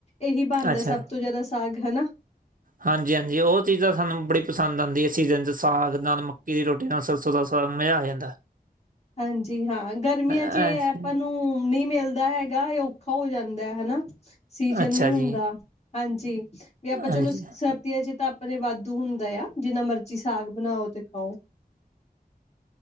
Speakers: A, on the left; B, on the right.
A: ਇਹੀ ਬਣਦਾ
B: ਅੱਛਾ
A: ਸਭ ਤੋਂ ਜ਼ਿਆਦਾ ਸਾਗ ਹਨਾ?
B: ਹਾਂਜੀ ਹਾਂਜੀ ਉਹ ਚੀਜ਼ਾਂ ਸਾਨੂੰ ਬੜੀ ਪਸੰਦ ਆਉਂਦੀ ਹੈ ਸੀਜ਼ਨ 'ਚ ਸਾਗ ਨਾਲ ਮੱਕੀ ਦੀ ਰੋਟੀ ਨਾਲ ਸਰਸੌ ਦਾ ਸਾਗ ਮਜ਼ਾ ਆ ਜਾਂਦਾ।
A: ਹਾਂਜੀ ਹਾਂ ਗਰਮੀਆਂ
B: ਅ-
A: ਚ ਇਹ
B: ਅੱਛਾ
A: ਆਪਾਂ ਨੂੰ ਨਹੀਂ ਮਿਲਦਾ ਹੈਗਾ ਇਹ ਔਖਾ ਹੋ ਜਾਂਦਾ ਹਨਾ? ਸੀਜਨ
B: ਅੱਛਾ
A: ਨੀ ਹੁੰਦਾ
B: ਜੀ
A: ਹਾਂਜੀ ਵੀ ਆਪਾਂ ਚਲੋ
B: ਹਾਂਜੀ
A: ਸ ਤੇ ਆ ਜਿੱਦਾਂ ਆਪਣੇ ਵਾਧੂ ਹੁੰਦਾ ਆ ਜਿੰਨਾ ਮਰਜੀ ਸਾਗ ਬਣਾਓ ਤੇ ਖਾਓ।